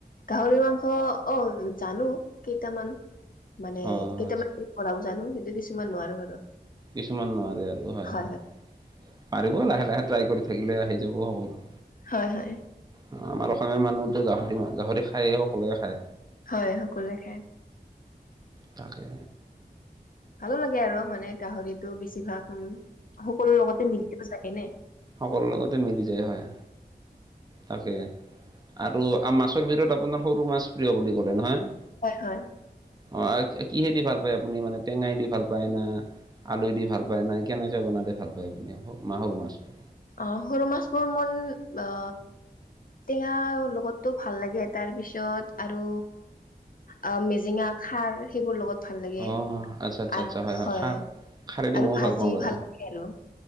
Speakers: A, on the left; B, on the right.
A: গাহৰি মাংস অ, জানো কেইটামান মানে
B: অঁ
A: কেইটামান?
B: আচ্ছা
A: বনাব জানো কিন্তু কিছুমান নোৱাৰো আৰু
B: কিছুমান নোৱাৰে আৰু হয়-হয়।
A: হয় হয়।
B: পাৰিব লাহে-লাহে ট্ৰাই কৰি থাকিলে আহি যাব সকলো।
A: হয়-হয়।
B: অ, আমাৰ অসমীয়া মানুহতো গাহৰি মাংস গাহৰি খায় সকলোৱে খায়।
A: হয়, সকলোৱে খায়।
B: তাকে
A: ভালো লাগে আৰু মানে গাহৰিতো বেছিভাগ উ সকলো লগতে মিলিও যায়ে নে।
B: সকলোৰে লগতে মিলি যায়। হয়, তাকে আৰু মাছৰ ভিতৰত আপোনাৰ সৰু মাছ প্ৰিয় বুলি ক'লে নহয়?
A: হয় হয়।
B: অ, কিহে দি ভাল পায় আপুনি মানে টেঙাই দি ভাল পায় না, আলু দি ভাল পায় নাই কেনে? বনালে ভাল পায় আপুনি সৰু মাহ মাছটো।
A: অ, সৰু মাছ বোৰ মন অ', টেঙা লগতটো ভাল লাগে। তাৰ পিছত আৰু অ, মেজেঙা খাৰ সেইবোৰ লগত। ভাল লাগে
B: অ', আচ্ছা আচ্ছা
A: আৰু
B: আচ্ছা
A: হয়
B: খাৰ খাৰেদি
A: আৰু
B: ময়ো
A: ভাজি
B: পাওঁ বাৰু
A: ভাল লাগে আৰু।